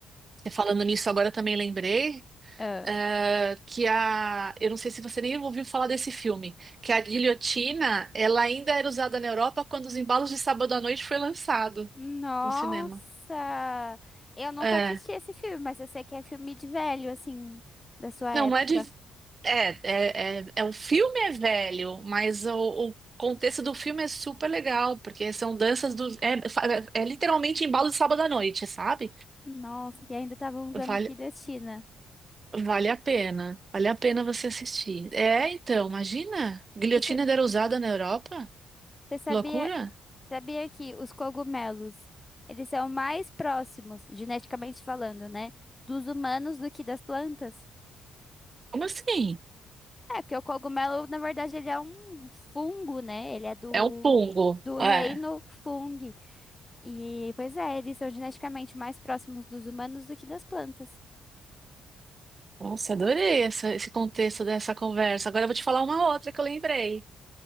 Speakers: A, on the right; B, on the left.
A: E Falando nisso, agora também lembrei
B: ah.
A: eh, que a. Eu não sei se você nem ouviu falar desse filme, que a guilhotina, ela ainda era usada na Europa quando Os Embalos de Sábado à Noite foi lançado
B: Nossa!
A: no cinema.
B: Eu nunca
A: É.
B: assisti esse filme, mas eu sei que é filme de velho, assim, da sua época.
A: Não, não é de. É, é, é, é- o filme é velho, mas o, o contexto do filme é super legal, porque são danças do. É, fa- é é literalmente embalo de sábado à noite, sabe?
B: Nossa, e ainda tava usando
A: Vale,
B: guilhotina.
A: Vale a pena. Vale a pena você assistir. É, então, imagina. Guilhotina
B: E
A: era usada na Europa?
B: Você sabia,
A: Loucura?
B: sabia que os cogumelos, eles são mais próximos, geneticamente falando, né, dos humanos do que das plantas?
A: Como assim?
B: É, porque o cogumelo, na verdade, ele é um fungo, né? Ele é do,
A: É um fungo.
B: do reino
A: É.
B: fungo E, pois é, eles são geneticamente mais próximos dos humanos do que das plantas.
A: Nossa, adorei essa- esse contexto dessa conversa. Agora eu vou te falar uma outra que eu lembrei.